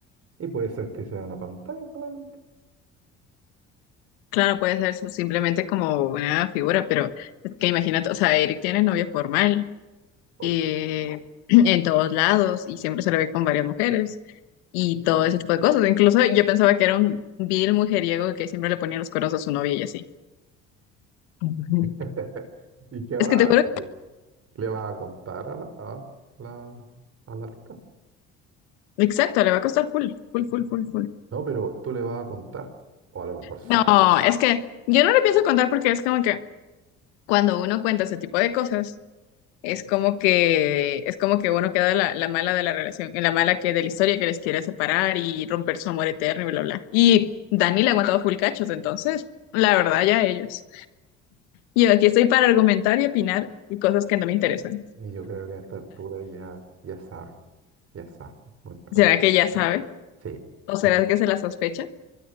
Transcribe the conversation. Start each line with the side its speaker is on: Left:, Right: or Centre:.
Right: Y puede ser que sea una pantalla solamente.
Left: Claro, puede ser su- simplemente como una figura, pero es que imagínate, o sea, Eric tiene novia formal
Right: Oh.
Left: eh, <clears throat> en todos lados y siempre se le ve con varias mujeres y todo ese tipo de cosas. Incluso yo pensaba que era un vil mujeriego que siempre le ponía los cuernos a su novia y así. Ujú.
Right: <laughs> ¿Y qué va?
Left: Es que te juro,
Right: ¿Qué ¿Le vas a contar a la, a la, a la tipa?
Left: exacto, le va a costar full, full, full, full, full.
Right: No, pero tú le vas a contar, o a lo mejor sabe.
Left: No, es que yo no le pienso contar porque es como que cuando uno cuenta ese tipo de cosas. es como que, es como que uno queda la, la mala de la relación, la mala que de la historia que les quiere separar y romper su amor eterno y bla, bla. Y Dani le ha aguantado full cachos, entonces, la verdad, ya ellos. Yo aquí estoy para argumentar y opinar y cosas que no me interesan.
Right: Y yo creo que a esta altura ya, ya sabe, ya sabe, muy probable.
Left: ¿Será que ya sabe?
Right: Sí,
Left: ¿O
Right: tiene.
Left: será que se la sospecha?